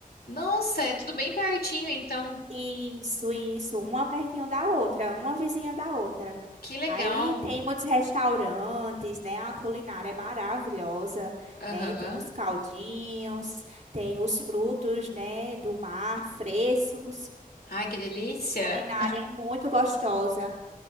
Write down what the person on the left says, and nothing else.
Nossa, é tudo bem pertinho, então.
Que legal!
Aham.
Ai, que delícia!